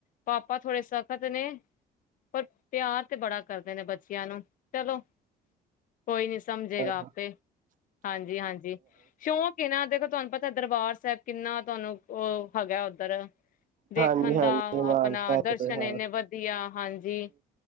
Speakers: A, on the left (about 50°); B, on the right (about 50°).
A: ਪਾਪਾ ਥੋੜੇ ਸਖਤ ਨੇ ਪਰ ਪਿਆਰ ਤੇ ਬੜਾ ਕਰਦੇ ਨੇ ਬੱਚਿਆਂ ਨੂੰ ਚਲੋ- ਕੋਈ ਨਹੀਂ ਸਮਝੇਗਾ
B: ਹਾਂਜੀ
A: ਹਾਂਜੀ ਹਾਂਜੀ ਸ਼ੌਕ ਇਹ ਨਾ ਦੇਖ ਤੁਹਾਨੂੰ ਪਤਾ- ਦਰਬਾਰ ਸਾਹਿਬ ਕਿੰਨਾ ਤੁਹਾਨੂੰ ਉਹ ਹੈਗਾ ਉੱਧਰ- ਦੇਖਣ
B: ਹਾਂਜੀ ਹਾਂਜੀ
A: ਦਾ
B: ਮਾਨਤਾ
A: ਆਪਣਾ ਦਰਸ਼ਨ
B: ਤੇ ਹੈ
A: ਇੰਨੇ ਵਧੀਆ ਹਾਂਜੀ